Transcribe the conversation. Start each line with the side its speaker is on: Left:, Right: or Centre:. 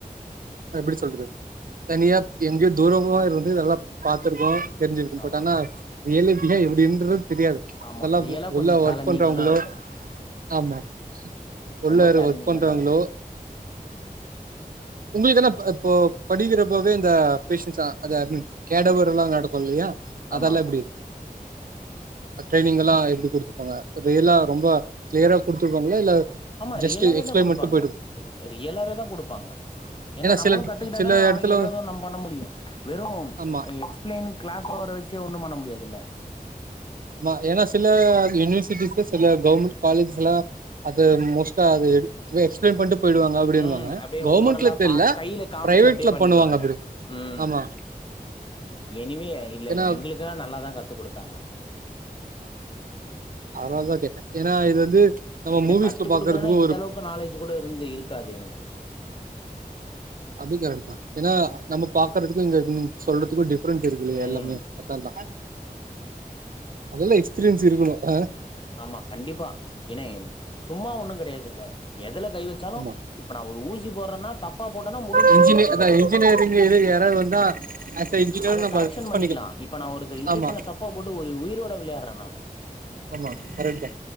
Right: எப்டி சொல்றது தனியா எங்கேயோ தூரமா இருந்து இதெல்லா பாத்துருக்கோ தெரிஞ்சிருக்கும்
Left: ஆமா
Right: பட் ஆனா ரியல் லைஃப் ல எப்டின்றது தெரியாது
Left: ஆமா
Right: அதெல்லா
Left: ரியலா
Right: உள்ள
Left: கொஞ்சோ
Right: ஒர்க்
Left: சேலஞ்சிங்கா
Right: பண்றவங்களோ
Left: தா இருக்கு
Right: ஆமா உள்ளார
Left: ரொம்ப சேலஞ்சிங்கா
Right: ஒர்க் பண்றவுங்களோ
Left: தா இருக்கு
Right: உங்களுக்கு என்ன இப்ப இப்போ படிக்கிறப்போவே இந்த பேஷன்ஸ்லா அதா ஐ மீன் கேடவர் எல்லா நடக்கும் இல்லியா
Left: ஆமா
Right: அதெல்லா
Left: ஆமா
Right: எப்டி ஆ ட்ரைனிங் எல்லா எப்டி குடுத்துருப்பாங்க ரியலா ரொம்ப கிளியரா குடுத்துருப்பாங்களா இல்ல
Left: ஆமா
Right: ஜஸ்ட்
Left: ரியலாவேதா
Right: எக்ஸ்பிளைன்
Left: குடுப்பாங்க
Right: மட்டு போயிடு
Left: ரியலாவேதா குடுப்பாங்க ஏன்னா நம்மளும்
Right: சில
Left: கத்துக்கிட்டா
Right: சில
Left: தான நாளைக்கு
Right: எடத்துல
Left: ஏதாவதொன் நம் பண்ண முடியு வெறு ஆ
Right: ஆமா
Left: எக்ஸ்பிளைன் கிளாஸோட வெச்சே ஒன்னும் பண்ண முடியாதுல்ல
Right: ஆமா ஏனா சில யுனிவர்சிட்டிஸ்ல சில கவுர்மெண்ட் காலேஜ்ஸ்லா அத மோஸ்ட்டா அத எடுக்கவே எக்ஸ்பிளைன் பண்ட்டு போயிடுவாங்க அப்டினுவாங்க
Left: ம் அப்டியே
Right: கவுர்மெண்ட்ல
Left: ஓரலா
Right: தெர்ல
Left: பா கையில காமிச்சு
Right: பிரைவேட்ல
Left: அப்டியே பண்ணிடுவாங்க
Right: பண்ணுவாங்க அப்படி
Left: ம்
Right: ஆமா
Left: எனிவே ஐ இல்லல்ல
Right: ஏன்னா
Left: எங்களுக்கெல்லா நல்லாதா கத்துக் குடுத்தாங்க
Right: அதனாலதா கேட்ட ஏன்னா இது வந்து நம்ம
Left: ஏனா
Right: மூவிஸ்ல
Left: கத்துக்
Right: பாக்குறதுக்கு
Left: குடுக்கலன்னா இந்தளவுக்கு
Right: ஒரு
Left: நாலேஜ் கூட இருந்து இருக்காது எனக்கு
Right: அதுவு கரெக்ட்தா ஏன்னா
Left: ஆமா
Right: நம்ம பாக்கறதுக்கு இங்க சொல்றதுக்கு டிஃப் ரென்ட் இருக்கு
Left: ம்
Right: எல்லாமே அதெல்லா அதெல்லா எக்ஸ்பீரியன்ஸ் இருக்கணு ஆ
Left: ஆமா கண்டிப்பா. ஏன்னா சும்மா ஒன்னும் கெடையாதுல்ல எதுல கை வச்சாலு
Right: ஆமா
Left: இப்ப நா ஒரு ஊசி போடுறேன்னா தப்பா போட்டேன்னா முடிஞ்சுச்சி
Right: இன்ஜினிய
Left: பேஷண்டோட
Right: அதா
Left: இது
Right: இன்ஜினியரிங் இது யாராவது வந்தா ஆஸ் அ இன்ஜினியர்
Left: அத
Right: நம்ம
Left: கரெக்ஷன்
Right: ஃபிக்ஸ்
Left: பண்ணிக்கலா இப்ப நா ஒரு இன்ஜெக்ஷன
Right: ஆமா
Left: தப்பா போட்டு ஒரு உயிரோட விளையாட்ற நானு
Right: ஆமா கரெக்ட் தா